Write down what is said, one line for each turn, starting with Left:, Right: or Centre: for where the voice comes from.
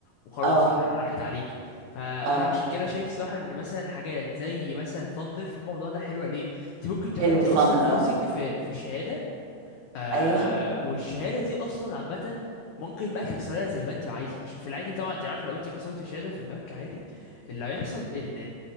Left: وخلاص
Right: اه
Left: كده راحت عليكي فانا
Right: اه
Left: عشان كده شايف الصراحه ان مثلا حاجات زي مثلا فاندر في الموضوع ده حلوه ليه انت ممكن تحطي
Right: حلو
Left: اصلا
Right: ثاندر
Left: فلوسك
Right: اه
Left: في في شهاده آه
Right: ايوه
Left: والشهاده دي اصلا عامه ممكن بقى تكسرها زي ما انت عايزه عشان في العادي طبعا انت عارفه لو انت كسرت الشهاده في البنك عادي اللي هيحصل ان